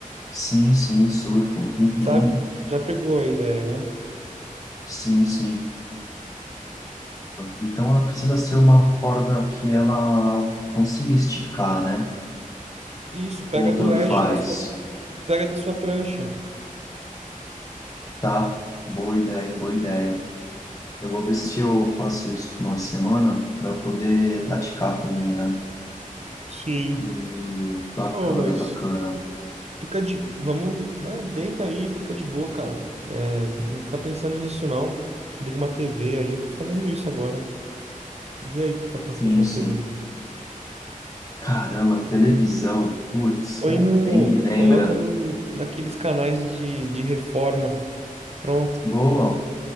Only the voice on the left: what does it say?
sim, sim, surfo. Uhum,
sim, sim. Então ela precisa ser uma corda que ela consiga esticar, né?
Ou
tanto
faz.
Tá? Boa ideia, boa ideia. Eu vou ver se eu faço isso no final de semana para poder praticar também, né?
E bacana,
bacana.
Sim,
sim.
Caramba, televisão. Putz,
cara,
nem me lembra.
Boa,